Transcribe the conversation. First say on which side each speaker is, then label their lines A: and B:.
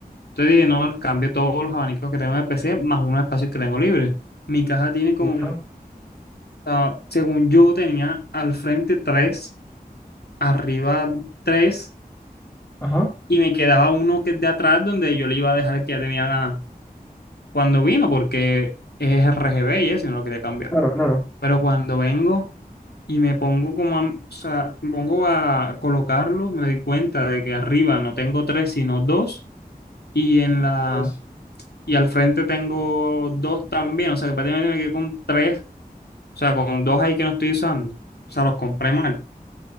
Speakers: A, on the left; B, on the left.
A: Entonces dije, no, cambio todos los abanicos que tengo en el PC más unos espacios que tengo libres. Mi caja tiene como,
B: listo,
A: o sea, según yo tenía al frente tres, arriba tres,
B: ajá,
A: y me quedaba uno que es de atrás donde yo le iba a dejar el que ya tenía ganas cuando vino, porque es RGB y eso, y no lo quería cambiar.
B: claro, claro.
A: Pero cuando vengo y me pongo como a, o sea, me pongo a colocarlo, me doy cuenta de que arriba no tengo tres, sino dos, y en la
B: Pues,
A: y al frente tengo dos también, o sea que prácticamente me quedé con tres, o sea, con dos ahí que no estoy usando, o sea, los compré mal.